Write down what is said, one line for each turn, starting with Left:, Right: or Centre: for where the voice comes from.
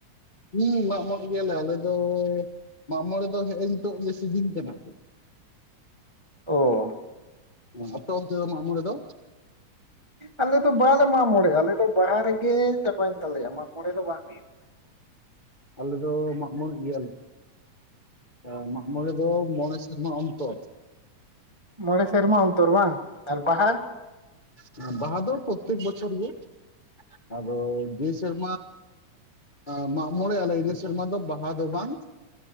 Left: ᱦᱮᱸ ᱢᱟᱜ ᱢᱚᱬᱮ ᱜᱮᱭᱟᱞᱮ ᱟᱞᱮ ᱫᱚ ᱢᱟᱜ ᱢᱚᱬᱮ ᱫᱚ ᱦᱮᱜ ᱱᱤᱛᱚᱜ ᱜᱮ ᱥᱤᱡᱤᱱ ᱠᱟᱱᱟ
Right: ᱚ
Left: ᱟᱯᱮ ᱚᱱᱛᱮ ᱫᱚ ᱢᱟᱜᱸᱢᱚᱲᱮ ᱫᱚ
Right: ᱟᱞᱮ ᱫᱚ ᱵᱟᱞᱮ ᱢᱟᱜ ᱢᱚᱬᱮᱭᱟ ᱟᱞᱮ ᱫᱚ ᱵᱟᱦᱟ ᱨᱮᱜᱮ ᱪᱟᱵᱟᱭᱮᱱ ᱛᱟᱞᱮᱭᱟ ᱢᱟ ᱢᱚᱲᱮ ᱫᱚ ᱵᱟᱝ ᱦᱩᱭᱩᱜ ᱟ
Left: ᱟᱞᱮ ᱫᱚ ᱢᱟᱜ ᱢᱚᱬᱮᱜ ᱜᱮᱭᱟᱞᱮ ᱟ ᱢᱟ ᱢᱚᱬᱮ ᱫᱚ ᱢᱚᱬᱮ ᱥᱮᱨᱢᱟ ᱚᱱᱛᱚᱨ
Right: ᱢᱚᱬᱮ ᱥᱮᱨᱢᱟ ᱚᱱᱛᱚᱨ ᱵᱟᱝ ᱟᱨ ᱵᱟᱦᱟ
Left: ᱦᱮ ᱵᱟᱦᱟ ᱫᱚ ᱯᱚᱛᱛᱮᱠ ᱵᱚᱪᱷᱚᱨ ᱜᱮ ᱟᱫᱚ ᱡᱮ ᱥᱮᱨᱢᱟ ᱢᱟᱜ ᱢᱚᱬᱮ ᱟᱞᱮ ᱤᱱᱟᱹ ᱥᱮᱨᱢᱟ ᱫᱚ ᱵᱟᱦᱟ ᱫᱚ ᱵᱟᱝ